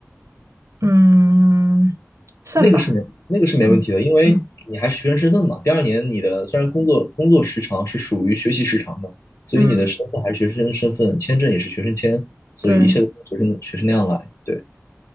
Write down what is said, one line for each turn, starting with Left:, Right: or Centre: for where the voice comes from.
Right: 嗯，算吧，
Left: 那个是没那个是没问题的，
Right: 嗯嗯
Left: 因为你还是学生身份嘛。第二年你的虽然工作工作时长是属于学习时长的，所以你的身份还是学生身份，
Right: 嗯，
Left: 签证也是学生签，所以一切都是学生学生那样来。
Right: 对，
Left: 对，